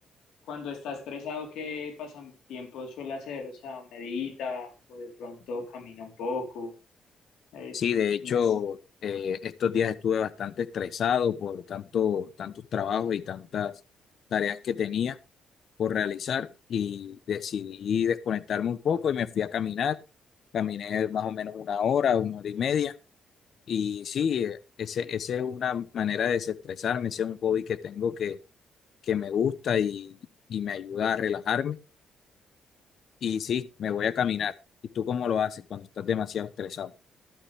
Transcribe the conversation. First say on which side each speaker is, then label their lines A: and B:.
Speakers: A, on the left; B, on the left.
A: cuando está estresado, ¿qué pasatiempo suele hacer? O sea, medita o de pronto camina un poco. Eh,
B: Sí, de hecho,
A: no sé.
B: eh, estos días estuve bastante estresado por tanto, tantos trabajos y tantas tareas que tenía por realizar y decidí desconectarme un poco y me fui a caminar. Caminé más o menos una hora, una hora y media. Y sí, eh, ese, ese es una manera de desestresarme, ese es un hobby que tengo que, que me gusta y, y me ayuda a relajarme. Y sí, me voy a caminar. ¿Y tú cómo lo haces cuando estás demasiado estresado?